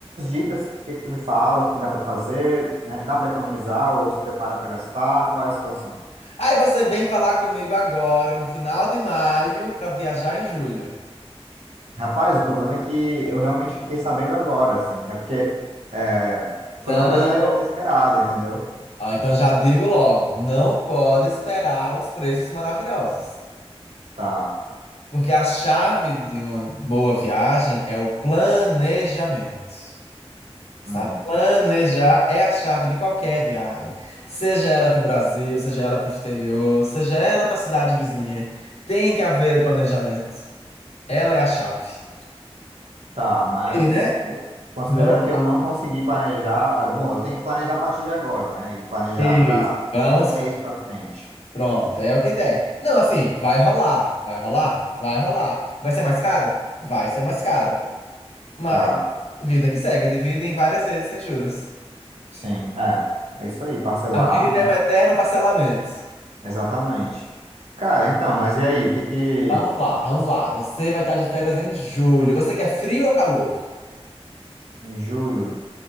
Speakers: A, on the right; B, on the left.
A: dicas, o que que tu me fala, o que que dá para fazer, né? Dá para economizar ou se prepara para gastar? Qual é a situação?
B: Aí você vem falar comigo agora, no final de maio, para viajar em julho.
A: Rapaz, o problema é que eu realmente fiquei sabendo agora, assim. É porque é, foi
B: Então,
A: uma coisa inesperada, entendeu?
B: ó, então já digo logo, não pode esperar os preços maravilhosos.
A: Tá.
B: Porque a chave de uma boa viagem é o planejamento. Sabe?
A: Hum.
B: Planejar é a chave de qualquer viagem. Seja ela para o Brasil, seja ela para o exterior, seja ela para a cidade vizinha. Tem que haver o planejamento. Ela é a chave.
A: Tá, mas
B: E, né?
A: eu- considerando
B: Vamos.
A: que eu não consegui planejar, agora- bom, eu tenho que planejar a partir de agora, né? E planejar
B: Isso.
A: para
B: Vamos.
A: um mês para frente.
B: Pronto, é o que der. Não, assim, vai rolar, vai rolar, vai rolar. Vai ser mais caro? Vai ser mais caro. Mas,
A: Tá.
B: vida que segue, divide em várias vezes sem juros.
A: Sim, é. É isso aí, parcelar,
B: A vida
A: né?
B: é um eterno parcelamento.
A: Exatamente. Cara, então, mas e aí? O que que
B: Vamos lá, vamos lá. Você vai estar de férias em julho. Você quer frio ou calor?
A: em julho?